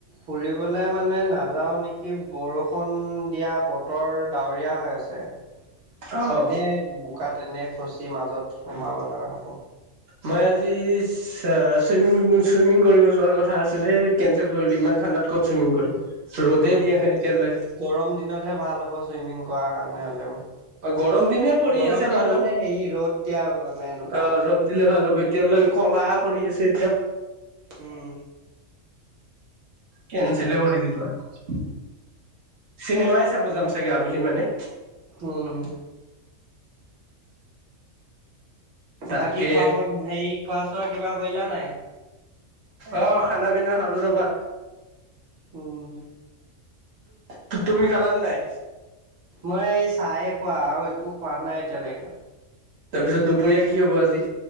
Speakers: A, on the right; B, on the right.
A: ফুৰিবলে মানে নাযাও নে কি বৰষুণ দিয়া বতৰ ডাৱৰীয়া হৈ আছে
B: অ'।
A: এনে বোকা এনে ফচি মাজত সোমাব লগা হ'ব।
B: মই আজি চা চুইমিং, চুইমিং কৰিব যোৱাৰ কথা আছিলে, কেঞ্চল কৰিলো, ইমান ঠণ্ডাত ক'ত চুইমিং কৰিবি। ৰ'দে
A: উম,
B: দিয়ে নাই এতিয়ালৈ।
A: গৰম দিনতহে ভাল হ'ব ছুইমিং কৰাৰ কাৰণে হ'লেও।
B: অ, গৰম দিনহে পৰি
A: গৰম
B: আছে
A: দিন
B: বাৰু,
A: মানে
B: অ,
A: হেৰি ৰ'দ দিয়া মানে সেনেকুৱা।
B: ৰ'দ দিলে ভাল হ'ব। এতিয়ালৈ ক'লা কৰি আছে এতিয়া।
A: উম।
B: কেন্সেল কৰি দিলো আৰু চিনেমাই চাব যাম চাগে আবেলি মানে।
A: উম।
B: তাকে
A: বাকী খোৱা-বোৱা হেৰি খোৱা-চোৱা কিবা কৰিলা নাই?
B: অ, খানা-পিনা খালো ৰবা।
A: উম।
B: তু তুমি খালানে নাই?
A: মই এই চায়ে খোৱা, আৰু একো খোৱা নাই এতিয়ালৈকে।
B: তাৰপিছত দুপৰীয়া কি হ'ব আজি